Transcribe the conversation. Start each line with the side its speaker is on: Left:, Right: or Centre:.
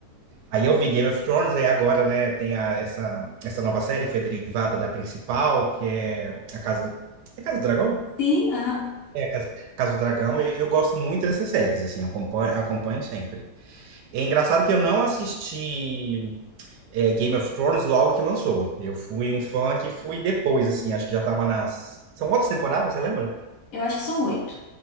Right: Aí eu vi Game of Thrones, aí agora, né, tem a- essa, essa nova série que foi derivada da principal, que é a Casa, é Casa do Dragão?
Left: Sim, aham.
Right: É, Casa, Casa do Dragão, e eu gosto muito dessas séries, assim, eu acompanho, acompanho sempre. É engraçado que eu não assisti é, Game of Thrones logo que lançou. Eu fui um fã que fui depois, assim, acho que já tava nas... São quantas temporadas, você lembra?
Left: Eu acho que são oito.